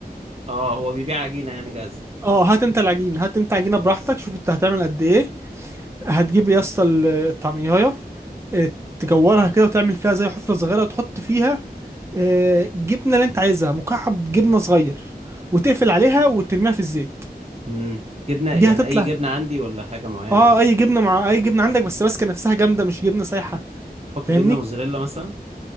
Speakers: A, on the right; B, on the right.
A: اه هو بيبيع عجينه يعني جاهزه
B: اه هات انت العجينة هات انت عجينة
A: خلاص
B: براحتك شوف انت هتعمل قد ايه هتجيب يا اسطى ال- الطعمية آه، تكورها كده وتعمل فيها زي حفرة صغيرة وتحط فيها آه، جبنة اللي انت عايزها مكعب جبنة صغير وتقفل عليها وترميها في الزيت
A: امم جبنه يعني
B: دي هتطلع
A: اي جبنه عندي ولا حاجه معينه
B: اه اي جبنة مع اي جبنة عندك بس ماسكة نفسها جامدة مش جبنة سايحة
A: احط
B: فاهمني
A: جبنه موزاريلا مثلا